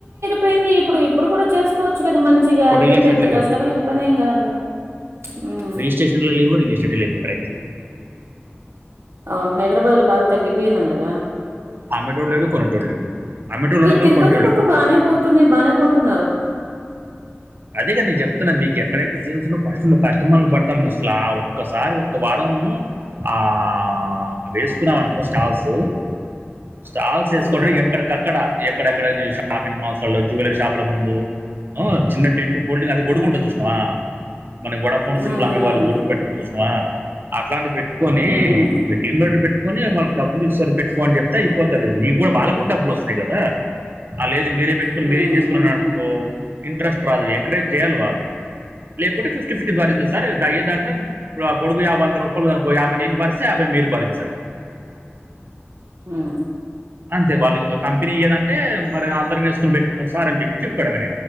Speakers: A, on the right (about 80°); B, on the right (about 50°).
A: పోయింది ఇప్పుడు ఇప్పుడు కూడా చేసుకోవచ్చు గదా మంచ్ ఇగా
B: ఇప్పుడు
A: అదేం
B: రియల్ ఎస్టేట్లో
A: పెద్ద
B: లేవు
A: కష్టమైన పనేేం కాదుగా ఉమ్
B: స్టేషన్లో లెవ్వు రిల్వ స్టేట్లో ఇక్కడైతే
A: అవును హైద్రాబాద్ లో బాగ తగ్గిపోయిందంటగా
B: అమ్మేటోడు లేడు కొనేటోడు లేడు అమ్మేటోళ్ళు
A: ఈ
B: ఉన్నారు
A: తిరుపతి
B: కానీ కొనేటోళ్ళు
A: పక్క
B: లేడు
A: బాగానే పో తున్నై బానే కొంటున్నారు
B: అదేగా నేజెప్తున్నా మీకెక్కడైతే సేల్స్ ఉన్నో ఫస్ట్ నువ్వు కస్టమర్లు బట్టాలి నువ్వుస్లా ఒక్కసారి ఒక్క వారమూ ఆ ఆ వేసుకున్నాం
A: ఉమ్
B: అనుకో స్టాల్సు స్టాల్సు ఏస్కోని
A: ఉమ్.
B: ఇగా ఎక్కడికక్కడ ఎక్కడెక్కడెల్లి షాపింగ్ మాల్స్ లల్ల జూలెరీ షాప్ల ముందు చిన్న టెంటు హోల్డింగ్ అది
A: ఉమ్,
B: గొడుగుంటది జూశ్నావా మన ఓడా ఫోన్
A: ఉమ్,
B: సిమ్ల్ అమ్మేవాళ్ళు, గొడుగున్బెట్ జూస్నవా అట్లాంటి బెట్టుకొని
A: ఉమ్,
B: మీ టీమ్మేటర్ బెట్ కొని వాళ్ళక్ డబ్బులు ఇస్తరు పెట్టుకో అన్జెప్తే అయిపోతది నివ్వే వాళ్ళగ్గూడా డబ్బులోస్తున్నాయి కదా ఆ లేదు మీరే బెట్టుకొని
A: ఉమ్, ఉమ్,
B: మీరే జేస్కుకున్మనుకో ఇంట్రెస్ట్ రాదు ఎంకరేజ్ జెయ్యాలి వాళ్ళు లేకుంటె ఫిఫ్టీ ఫిట్ వారింద సార్ అయ్యేదంట్లన్ ఇప్పుడా గొడుగు యాబ్ వంద రూపలు అనుకో యాభై నేను భరిస్తే యాభై మీరు భరించండి
A: ఉమ్
B: అంతే వాళ్ళింగా కంపెనీ ఇయ్యదంటే మరి అందరం ఏస్కొని బెట్టుకున్నాం సార్ అని జెప్పి జెప్పడమే